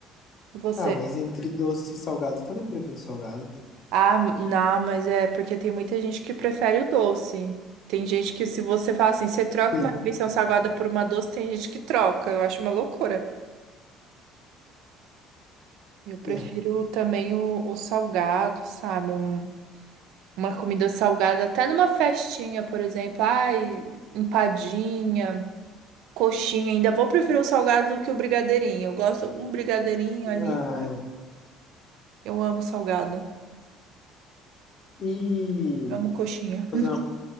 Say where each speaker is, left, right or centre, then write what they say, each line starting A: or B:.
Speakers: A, on the right; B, on the left.
A: E Você?
B: Ah, mas entre doce e salgado, eu também prefiro salgado.
A: Ah, não, mas é porque tem muita gente que prefere o doce. Tem gente que se você fala assim, você troca
B: Sim.
A: uma refeição salgada por uma doce, tem gente que troca. Eu acho uma loucura. Eu prefiro
B: É.
A: também o, o salgado, sabe? Um- uma comida salgada, até numa festinha, por exemplo. Ai, empadinha, coxinha. Ainda vou preferir o salgado do que o brigadeirinho. Eu gosto um brigadeirinho ali.
B: Ah,
A: Eu amo salgado.
B: e
A: Amo coxinha.
B: fazer uma,